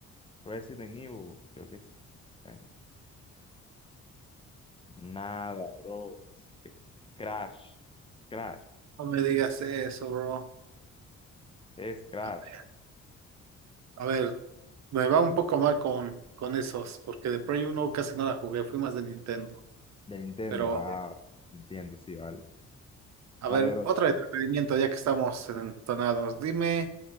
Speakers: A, on the left (about 20°); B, on the right (about 60°).
A: Resident Evil, creo que es. Bueno, nada, bro. Es que- Crash. Es Crash.
B: No me digas eso, bro.
A: Es Crash.
B: A ver, a ver, me va un poco mal con, con esos, porque de Play uno casi no la jugué, fui más de Nintendo.
A: De Nintendo.
B: Pero,
A: Ah, entiendo, sí, vale.
B: a
A: Dale,
B: ver,
A: bro.
B: otro entretenimiento, ya que estamos entonados. Dime,